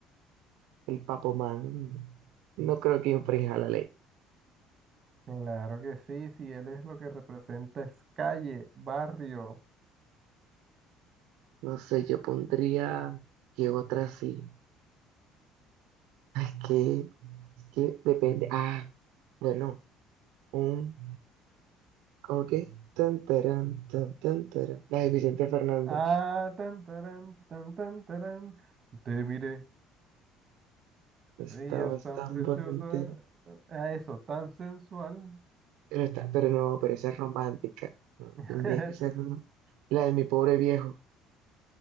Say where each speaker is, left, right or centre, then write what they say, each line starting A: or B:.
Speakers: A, on the right; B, on the right.
A: El Papomán no creo que infrinja la ley.
B: Claro que sí, si él es lo que representa es calle, barrio.
A: No sé, yo pondría que otra sí. Ay, que, que depende. Ah, bueno, un, ¿cómo que? Tan, tarán, tan, tan, tarán. La de Vicente Fernández.
B: Ah, tan tarán, tan tan tarán. Te miré,
A: Está
B: te veías
A: bastante
B: tan preciosa.
A: bonita.
B: A eso, tan sensual.
A: Pero está, pero no, pero esa es romántica. No,
B: <laughs>
A: tendría que ser una- La de mi pobre viejo.